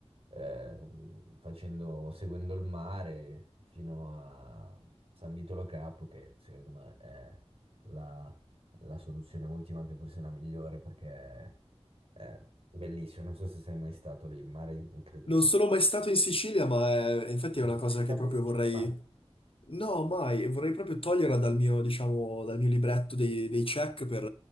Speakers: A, on the right; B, on the left.
A: eh, facendo, seguendo il mare fino a San Vitolo Capo, che secondo me è la, la soluzione ultima, che forse è la migliore perché è bellissimo. Non so se sei mai stato lì, il mare è incredibile.
B: Non sono mai stato in Sicilia, ma è- infatti è
A: Non
B: una
A: sei
B: cosa
A: mai stato
B: che proprio
A: in Sicilia,
B: vorrei
A: Banca?
B: No, mai, vorrei proprio toglierla dal mio, diciamo, dal mio libretto dei, dei check per,